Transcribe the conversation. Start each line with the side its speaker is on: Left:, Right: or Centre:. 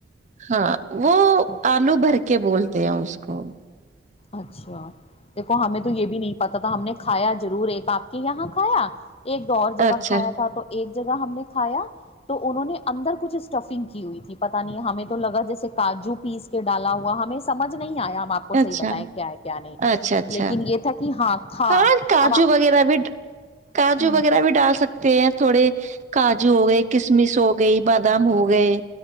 Right: ہاں وہ
Left: اچھا
Right: آلو بھر کے بولتے ہیں اس کو ک
Left: اچھا دیکھو ہمیں تو یہ بھی نہیں پتا تھا ہم نے کھایا ضرور ایک آپ کے یہاں کھایا ایک دو اور جگہ
Right: اچھا
Left: کھایا تھا تو ایک جگہ ہم نے کھایا تو انہوں نے اندر کچھ اسٹفنگ کی ہوئی تھی پتا نہیں ہمیں تو لگا جیسے کاجو پیس کے ڈالا ہوا ہمیں سمج نہیں آیا ہم آپ کو بتیں
Right: اچھا
Left: کیا ہے کیا نہیں
Right: اچھا اچھا
Left: لیکن یہ تھا کہ ہاں تھا
Right: ہاں کاجو
Left: اب
Right: وغیرہ بھی کاجو
Left: ہ
Right: وغیرہ بھی ڈال سکتے پ تھوڑے کاجو ہو گئے کسمش ہو گئی بادام ہو گئے